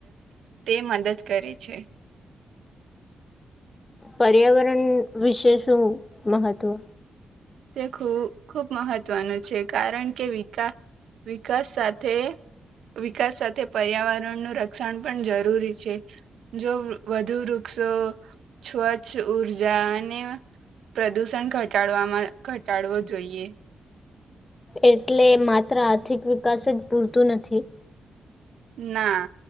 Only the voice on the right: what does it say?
તે મદદ કરે છે
તે ખૂબ મહત્વનું છે કારણ કે વિકાસ વિકાસ સાથે વિકાસ સાથે પર્યાવરણનું રક્ષણ પણ જરૂરી છે જો વધુ વૃક્ષો સ્વચ્છ ઉર્જા અને પ્રદુષણ ઘટાડવામાં ઘટાડવો જોઈએ
ના